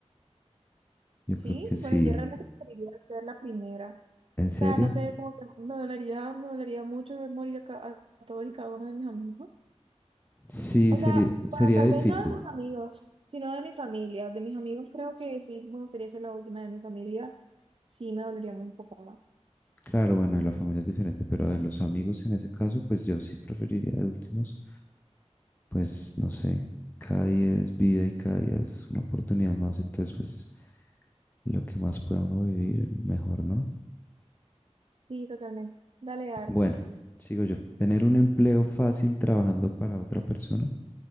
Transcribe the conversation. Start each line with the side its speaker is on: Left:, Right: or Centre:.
Left: Yo
Right: Sí,
Left: creo que sí.
Right: bueno, yo realmente preferiría ser la primera. O
Left: ¿En serio?
Right: sea, no sé, como que me dolería, me dolería mucho ver morir a, ca- a todos y cada uno de mis amigos.
Left: Sí,
Right: O
Left: sería,
Right: sea, bueno,
Left: sería
Right: tal
Left: difícil.
Right: vez no de mis amigos, sino de mi familia. De mis amigos creo que sí me gustaría ser la última de mi familia. Sí, me dolería un poco más.
Left: Claro, bueno, de la familia es diferente, pero de los amigos en ese caso, pues yo sí preferiría de últimos, pues no sé, cada día es vida y cada día es una oportunidad más, entonces pues lo que más pueda uno vivir, mejor, ¿no?
Right: Sí, totalmente. Dale, a
Left: Bueno,
Right: ver. tú.
Left: sigo yo. Tener un empleo fácil trabajando para otra persona